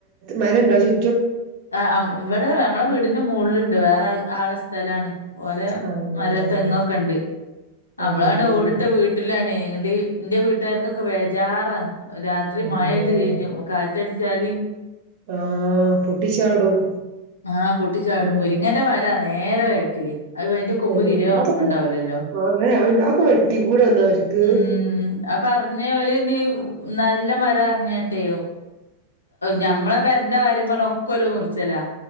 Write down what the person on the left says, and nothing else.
ആ ഇവിടെ നമ്മളെ വീടിന്റെ മുകള്ലുണ്ട് വേറെ ആളെ സ്ഥലമാണ് ഓരോ
മരം തെങ്ങൊക്കെ ഉണ്ട് നമ്മളാണ്
ഓടിട്ട് വീട്ടിലാണ് ഇ എന്റെ വീട്ടുകാർക്കൊക്കെ ബേജാറ രാത്രി
മഴ യ്ത് കഴിഞ്ഞു കാറ്റടി ച്ചാല്
ആ പൊട്ടിച്ചാടും
മുരിങ്ങൻന്റെ മരാ നേര വേക്കില് അത് അയിന്റെ കൊമ്പ്
തിരെ ഉറപ്പുണ്ടാവലല്ലോ
ഉം ആ പറഞ്ഞ ഒരു നീ നല്ല മരം പറിഞ്ഞട്ടേ
ഞമ്മളെ പെരന്റെ കാര്യ പ ഒക്കെ ഓല് മുറിച്ചലാ